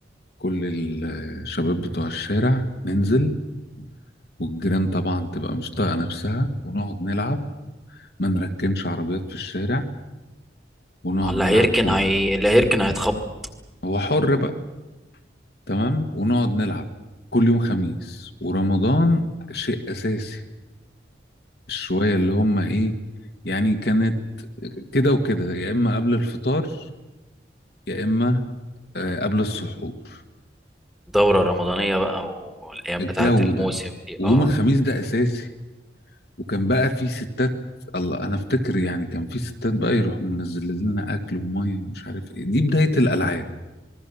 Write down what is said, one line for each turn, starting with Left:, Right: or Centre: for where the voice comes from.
Left: كل الشباب بتوع الشارع ننزل والجيران طبعا تبقى مش طايقة نفسها ونقعد نلعب ما نركنش عربيات في الشارع ونقعد
Centre: اللي
Left: نلعب
Centre: هيركن
Left: كورة
Centre: هي... اللي هيركن هيتخبط
Left: هو حر بقى تمام ونقعد نلعب كل يوم خميس ورمضان شيء أساسي الشوية اللي هم ايه يعني كانت كده وكده يا إما قبل الفطار يا اما آه، قبل السحور
Centre: الدورة الرمضانية بقى والايام
Left: الجو
Centre: بتاعت الموسم
Left: ده
Centre: دي
Left: ويوم
Centre: اه
Left: الخميس ده اساسي وكان بقى في ستات الله انا افتكر يعني كان في ستات بقى يروحوا منزلين لنا اكل وميه ومش عارف ايه دي بدايه الالعاب